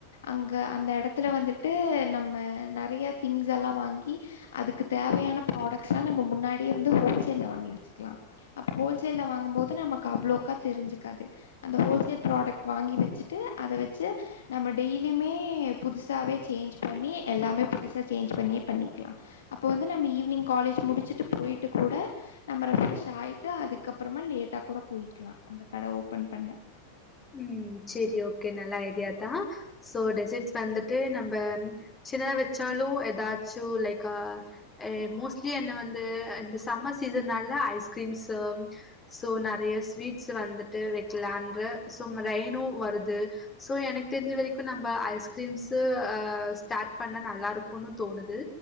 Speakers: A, on the left; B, on the left.
A: அங்க அந்த இடத்துல வந்துட்டு நம்ம நறைய திங்ஸ் எல்லா வாங்கி அதுக்கு தேவையான ப்ராடக்ட்ஸ்ல்லா நம்ம முன்னாடியே வந்து ஹோல் சேல்ல வாங்கி வச்சுக்கலா அப்ப ஹோல்சேல்ல வாங்கும் போது நமக்கு அவ்ளோவுக்கா தெரிஞ்சுக்காது அந்த ஹோல்சேல் ப்ராடக்ட் வாங்கி வச்சுட்டு அத வச்சு நம்ம டெய்லியுமே புதுசாவே சேஞ்ச் பண்ணி எல்லாமே புதுசா சேஞ்ச் பண்ணியே பண்ணிக்லா அப்ப வந்து நம்ம ஈவினிங் காலேஜ் முடிச்சுட்டு போயிட்டு கூட நம்ம ரெஃப்ரெஷ் ஆயி ட்டு அதுக்கப்புறமா லேட்டா கூட போயிக்கலா அந்த கட ஓபன் பண்ண
B: ம் சேரி ஓகே நல்ல ஐடியா தா சோ டெசர்ட்ஸ் வந்துட்டு நம்ம சின்னத வச்சாலு ஏதாச்சு லைக் ஆ அ மோஸ்ட்லி என்ன வந்து இந்த சம்மர் சீசன்னால ஐஸ்கிரீம்ஸு சோ நறைய ஸ்வீட்ஸ் வந்துட்டு வைக்கலான்ற சும் ரெய்னு வருது சோ எனக்கு தெரிஞ்ச வரைக்கு நம்ம ஐஸ்கிரீம்ஸ்ஸு அ ஸ்டார்ட் பண்ணா நல்லா இருக்குன்னு தோணுது